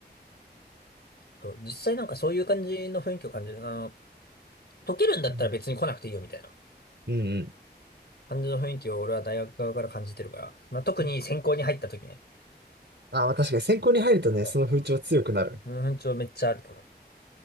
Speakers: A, on the left; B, on the right.
A: そう実際なんかそういう感じの雰囲気を感じる。あの、解けるんだったら別に来なくていいよみたいな
B: うんうん
A: 感じの雰囲気を俺は大学側から感じてるから、まあ、特に専攻に入った時ね、
B: うん。あまあ確かに専攻に入るとね、
A: そ
B: その風潮強くなる。
A: うその雰囲気はめっちゃあると思う。